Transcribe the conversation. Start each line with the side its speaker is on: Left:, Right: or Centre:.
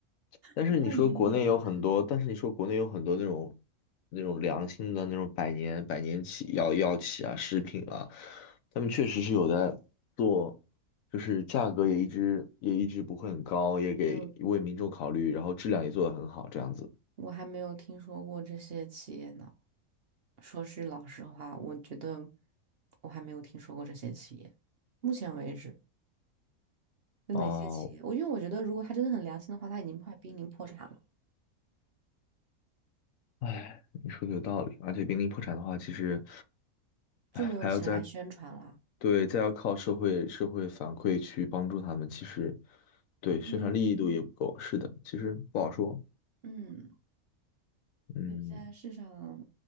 Left: 但是你说国内有很多，
Right: 不要盈利啦。
Left: 但是你说国内有很多那种那种良心的那种百年百年企药药企啊、食品啊，他们确实是有在做，就是价格也一直也一直不会很高，也给为民众考虑，
Right: 没有，
Left: 然后质量也做得很好，这样子。
Right: 我还没有听说过这些企业呢。说是老实话，我觉得我还没有听说过这些企业，目前为止。有哪些企业？
Left: 哦，
Right: 我因为我觉得，
Left: <clears throat>
Right: 如果他真的很良心的话，他已经快濒临破产了，
Left: 哎，你说的有道理，而且濒临破产的话，其实，
Right: 就没有钱来宣传了。
Left: 哎，还要再，对，再要靠社会社会反馈去帮助他们，其实，对，宣传力度也不够。
Right: 嗯，
Left: 是的，其实不好说。
Right: 嗯，
Left: 嗯
Right: 对，现在市场